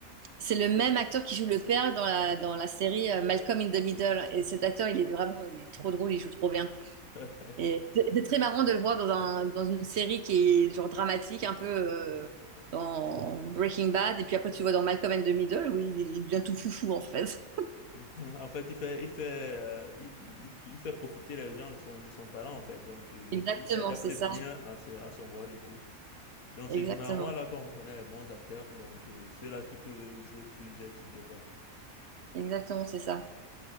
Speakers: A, on the right; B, on the left.
A: C'est le même acteur qui joue le père dans la, dans la série euh, Malcolm in the Middle. Et cet acteur, il est vraiment, il est trop drôle, il joue trop bien.
B: <laughs>
A: Et c'est c'est très marrant de le voir dans un, dans une série qui est genre dramatique, un peu euh, dans Breaking Bad, et puis après tu le vois dans Malcolm and the Middle où il, il devient tout foufou en fait. <laughs>
B: <laughs> En fait, il fait, il fait, euh, il, il- il fait profiter les gens de son, de son talent, en fait. Donc, euh,
A: Exactement,
B: il s'adapte
A: c'est ça.
B: bien à, ses- à son rôle et tout. Donc,
A: Exactement.
B: c'est généralement là qu'on reconnaît les bons acteurs, donc euh, ceux-là qui peuvent jouer plusieurs types de rôles, en fait.
A: Exactement, c'est ça.